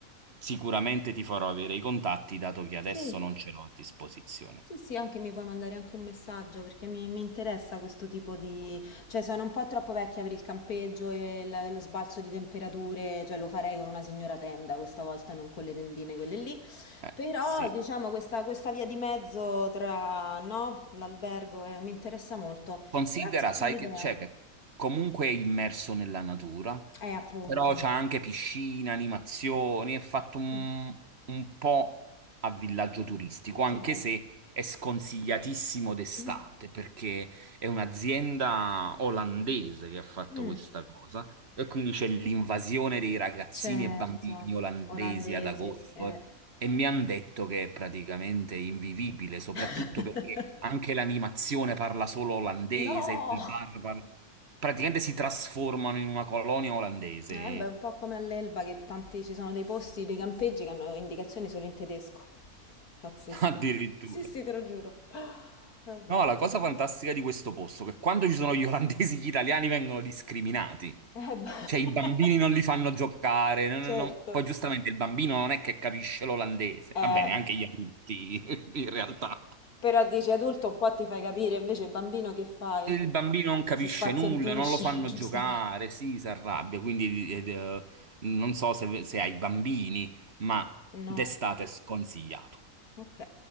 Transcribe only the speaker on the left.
Sì,
sì, sì, anche mi puoi mandare anche un messaggio perché mi, mi interessa questo tipo di... Cioè, sono un po' troppo vecchia per il campeggio e la- lo sbalzo di temperature, cioè lo farei con una signora tenda questa volta, non con le tendine quelle lì.
Però,
diciamo, questa, questa via di mezzo tra, no, l'albergo eh, mi interessa molto.
Grazie
dell'idea.
Eh, appunto.
Mm,
Ok.
Mm,
mm,
certo,
olandesi.
eh.
<laughs>
No!
Eh,
beh, un po' come all'Elba che tanti ci sono dei posti, dei campeggi che hanno indicazioni solo in tedesco. Pazzesco.
Sì, sì, te lo giuro. <gasps> Vabbè.
Eh, beh.
<laughs>
Certo.
Eh,
però dici adulto un po' ti fai capire, invece bambino che fai?
Si spazientisce,
<laughs> giustamente.
No,
ok.